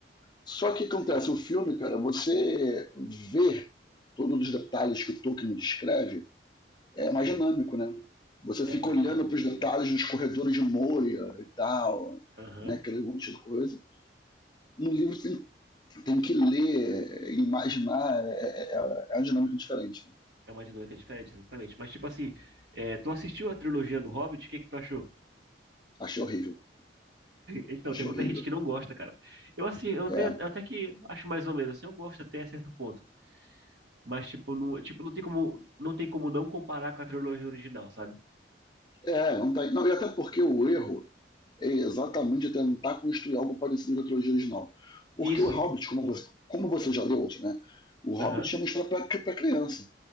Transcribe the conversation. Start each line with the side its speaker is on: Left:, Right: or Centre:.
Left: Só que acontece,
Right: Sim, sim.
Left: o filme, cara, você vê todos os detalhes que o Tolkien descreve, é
Right: Sim,
Left: mais dinâmico, né? Você
Right: é
Left: fica
Right: mais
Left: olhando
Right: dinâmico,
Left: para os detalhes
Right: sim.
Left: dos corredores de Moria e tal,
Right: Aham.
Left: né? Aquele monte de coisa. No livro você tem, tem que ler, é, imaginar, é, é, é é uma dinâmica diferente.
Right: É uma dinâmica diferente, exatamente. Mas tipo assim, é, tu assistiu a trilogia do Hobbit, o que que tu achou?
Left: Achei horrível,
Right: Então,
Left: achei
Right: tem muita
Left: horrível.
Right: gente que não gosta, cara. Eu, assim, eu até,
Left: É,
Right: até que acho mais ou menos, assim, eu gosto até certo ponto. Mas, tipo, não, tipo, não tem como, não tem como não comparar com a trilogia original, sabe?
Left: é não, tá, não, e até porque o erro é exatamente tentar construir algo parecido com a trilogia original. Porque
Right: Isso.
Left: o Hobbit, como você, como você já leu, né? O Hobbit
Right: Aham.
Left: é uma história para criança.